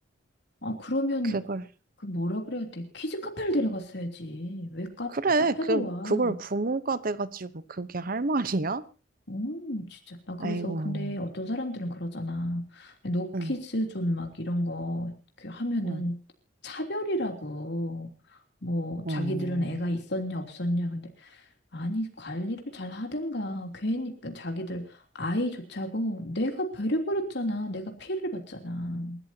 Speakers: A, on the left; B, on the right.
A: 아, 그러면
B: 그걸.
A: 그 뭐라 그래야 돼? 키즈 카페를 데려갔어야지. 왜 카,
B: 그래,
A: 카페를
B: 그,
A: 와?
B: 그걸 부모가 돼가지고 그게 할 말이야?
A: 음, 진짜. 나 그래서
B: 아이고,
A: 근데 어떤 사람들은 그러잖아. 아니, 노키즈
B: 응,
A: 존 막 이런 거그 하면은
B: 응,
A: 차별이라고 뭐
B: 응.
A: 자기들은 애가 있었냐 없었냐 근데 아니 관리를 잘 하든가 괜히 그 자기들 아이조차고 내가 배려버렸잖아. 내가 피해를 봤잖아.